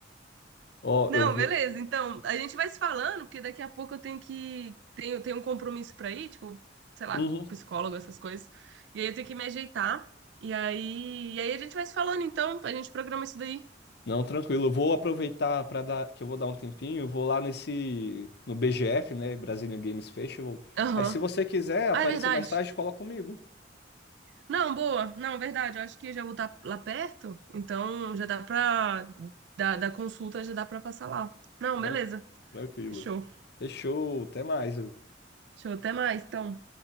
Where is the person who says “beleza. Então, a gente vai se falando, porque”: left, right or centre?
Right